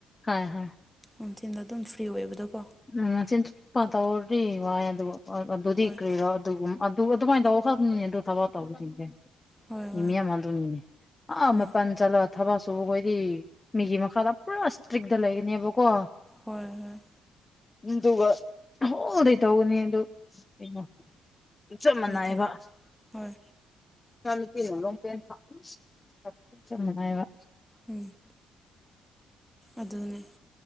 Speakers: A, on the left; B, in the centre.
A: ꯍꯣꯏ ꯍꯣꯏ
B: ꯎ ꯆꯤꯟꯗ ꯑꯗꯨꯝ ꯐ꯭ꯔꯤ ꯑꯣꯏꯕꯗꯣꯀꯣ
A: ꯎ ꯎꯝ ꯆꯤꯟꯊꯨꯞ ꯄ ꯇꯧꯗꯤ ꯋꯥꯏ ꯑꯗꯨ ꯑꯗꯨꯗꯤ
B: ꯍꯣꯏ
A: ꯀ꯭ꯔꯤꯔꯣ ꯑꯗꯨꯒꯨꯝ꯫ ꯑ ꯑꯗꯨ ꯑꯗꯨꯃꯗ ꯈꯔꯃꯤꯗ ꯊꯕ ꯇꯧꯕꯁꯤꯡꯁꯦ
B: ꯍꯣꯏ
A: <unintelligible>
B: ꯍꯣꯏ
A: ꯑꯥ
B: ꯍꯣꯏ
A: ꯃꯄꯥꯟ ꯆꯠꯂꯥ ꯊꯕꯛꯁꯨꯕ ꯑꯩꯈꯣꯏꯗꯤ ꯃꯤꯒꯤ ꯃꯈꯥꯗ ꯄꯨꯔꯥ ꯏꯁꯇ꯭ꯔꯤꯛꯗ ꯂꯩꯒꯅꯦꯕꯀꯣ
B: ꯍꯣꯏ ꯍꯣꯏ
A: ꯅꯤꯡꯗꯨꯒ ꯍꯣꯜꯗ‌ꯩ ꯇꯧꯒꯅꯤ ꯑꯗꯨ ꯀꯩꯅꯣ ꯆꯞ ꯃꯥꯟꯅꯩꯑꯕ꯫
B: ꯍꯣꯏꯗ ꯍꯣꯏ
A: <unintelligible> ꯆꯞꯃꯟꯅꯩ ꯑꯕ
B: ꯎꯝ ꯑꯗꯨꯅꯦ